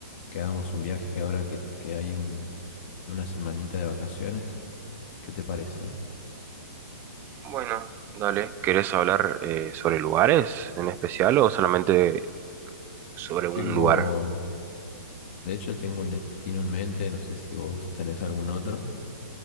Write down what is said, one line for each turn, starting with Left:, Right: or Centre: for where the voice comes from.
Left: que hagamos un viaje ahora que, que hay un- una semanita de vacaciones. ¿Qué te parece?
Right: Bueno, dale. ¿Querés hablar eh, sobre lugares en especial o solamente sobre
Left: Tengo,
Right: un lugar?
Left: de hecho tengo un destino en mente, no sé si vos tenés algún otro,